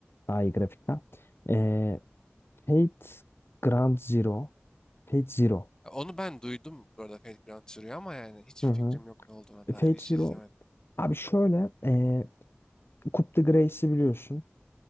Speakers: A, on the left; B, on the left.
A: Daha iyi grafikten. Ee, Fate Grand Zero. Fate Zero.
B: Ya Onu ben duydum bu arada Fate Grand Zero'yu ama yani hiçbir
A: Hı hı.
B: fikrim yok ne olduğuna
A: Fate
B: dair. Hiç
A: Zero.
B: izlemedim.
A: Abi şöyle. E, Coup de Grace'i biliyorsun.